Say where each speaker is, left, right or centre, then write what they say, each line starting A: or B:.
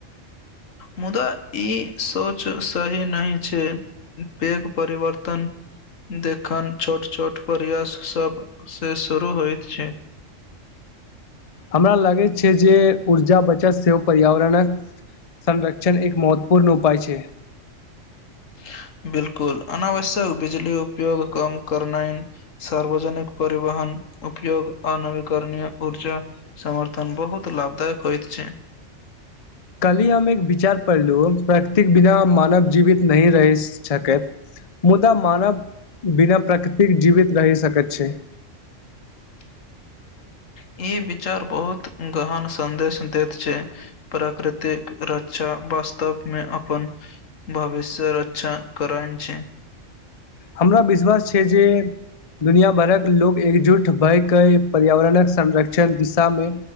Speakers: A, on the left; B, on the left.
A: मुदा ई सोच सही नहि छै पैघ परिवर्तन देखन छोट छोट प्रयास सभसे शुरू होइत छै <inaudible>
B: हमरा लागैत छै जे ऊर्जा बचत सेहो पर्यावरणक संरक्षण एक महत्वपूर्ण उपाय छै
A: <inaudible> बिल्कुल अनावश्यक बिजली उपयोग कम करनाइ सार्वजनिक परिवहन उयोग आ नवीकरणय ऊर्जा समर्थन बहुत लाभदायक होइत छै <unintelligible>
B: कालिह हम एक विचार पढ़लहु प्रकतिक बिना मानव जीवित नहिही रहि सकैत मुदा मानव बिना प्रकृतिक जीवित रहि सकैत छै
A: <unintelligible> ई विचार बहुत गहन संदेश दैत छै प्राकृतिक रक्षा वास्तवमे अपन भविष्यक रक्षा करैत छै
B: हमरा विश्वास छै जे दुनिया भरक लोक एकजुट भय पर्यावरणक संरक्षण शिक्षण दिशामे